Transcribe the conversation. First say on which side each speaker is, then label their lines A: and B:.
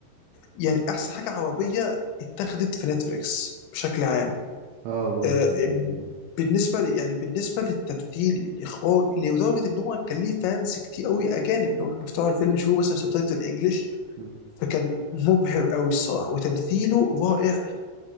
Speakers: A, on the left; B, on the right.
A: يعني احسن حاجه عربيه اتاخدت في نتفليكس بشكل عام
B: اه ممكن
A: آه،
B: لانه
A: بالنسبه ل- يعني بالنسبه للتمثيل الاخراج لدرجه ان هو كان ليه فانس كتير قوي اجانب اللي هو كانوا بيفتحوا الفيلم يشوفوا مثلا سبتايتل انجلش
B: مم.
A: فكان مبهر قوي الصراحه وتمثيله رائع